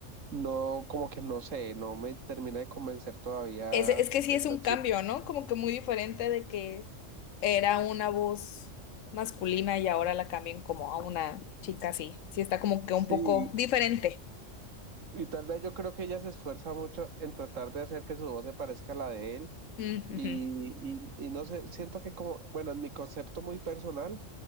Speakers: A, on the right; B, on the left.
A: no, como que no sé, no me termina de convencer todavía
B: Es, es que sí
A: esta
B: es un
A: chica.
B: cambio, ¿no? Como que muy diferente de que era una voz masculina y ahora la cambian como a una chica así. Sí está como que
A: Sí,
B: un poco diferente.
A: Y tal vez yo creo que ella se esfuerza mucho en tratar de hacer que su voz se parezca a la de él.
B: Mm,
A: Y,
B: ujú.
A: y, y no sé, siento que como, bueno, en mi concepto muy personal,